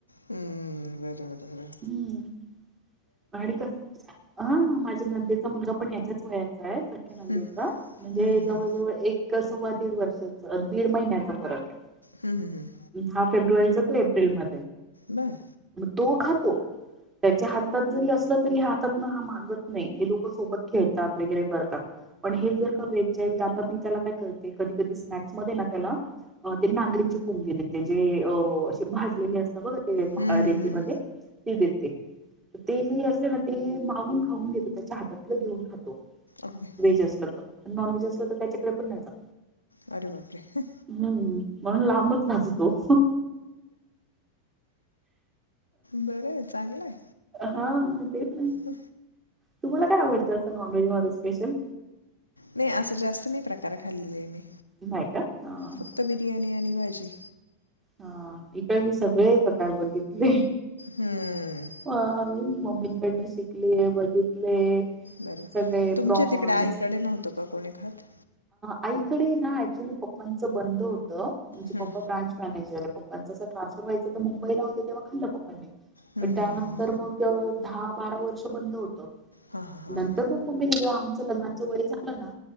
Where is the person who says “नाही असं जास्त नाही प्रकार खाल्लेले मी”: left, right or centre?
Left